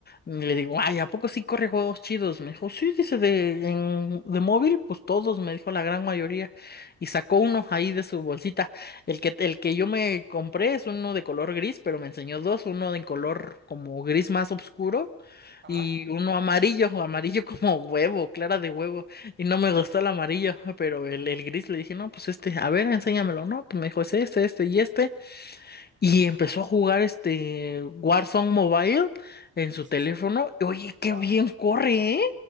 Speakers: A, on the left (about 30°); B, on the right (about 40°).
A: Y le digo, ay, ¿a poco sí corre juegos chidos? Me dijo, sí, dice, de, en- de móvil, pues todos, me dijo la gran mayoría. Y sacó uno ahí de su bolsita. El que, el que yo me compré es uno de color gris, pero me enseñó dos, uno de color como gris más oscuro
B: Ajá.
A: y uno amarillo, amarillo <laughs> como huevo, clara de huevo. Y no me gustó el amarillo, pero el, el gris le dije, no, pues este, a ver, enséñamelo, ¿no? Pues me dijo, es este, este y este. Y empezó a jugar este Warzone Mobile en
B: Sí,
A: su
B: sí,
A: teléfono.
B: sí.
A: Y, oye,
B: Guau.
A: qué bien corre, ¿eh?